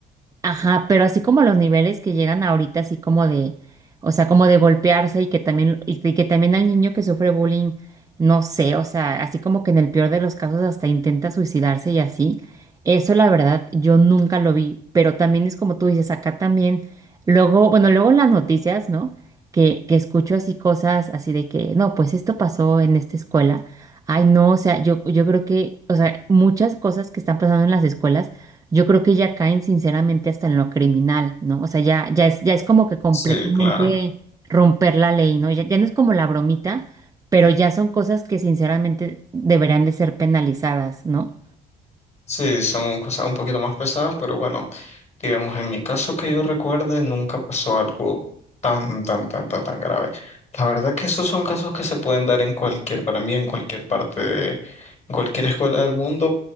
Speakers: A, on the right; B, on the left.
A: Ajá, pero así como los niveles que llegan ahorita, así como de, o sea, como de golpearse y que también, y que y que también al niño que sufre bullying, no sé, o sea, así como que en el peor de los casos hasta intenta suicidarse y así. Eso la verdad, yo nunca lo vi, pero también es como tú dices, acá también, luego, bueno, luego en las noticias, ¿no? Que, que escucho así cosas así de que, no, pues esto pasó en esta escuela. Ay, no, o sea, yo, yo creo que, o sea, muchas cosas que están pasando en las escuelas yo creo que ya caen sinceramente hasta en lo criminal, ¿no? O sea, ya, ya es, ya es como que completamente
B: sí, claro.
A: romper la ley, ¿no? Ya, ya no es como la bromita, pero ya son cosas que sinceramente deberían de ser penalizadas, ¿no?
B: Sí, son cosas un poquito más pesadas, pero bueno. Digamos, en mi caso que yo recuerde, nunca pasó algo tan, tan, tan, tan, tan grave. La verdad que esos son casos que se pueden dar en cualquier, para mí, en cualquier parte de, en cualquier escuela del mundo